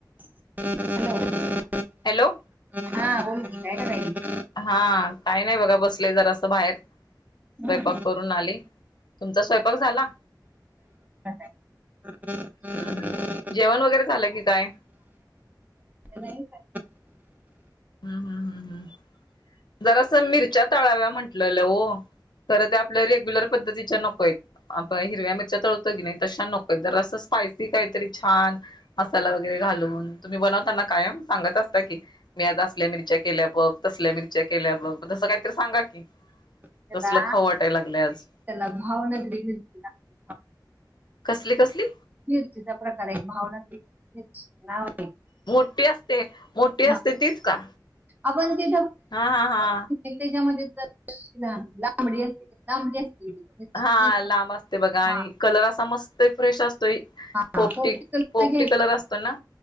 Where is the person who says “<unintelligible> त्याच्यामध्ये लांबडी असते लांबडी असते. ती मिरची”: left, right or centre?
Right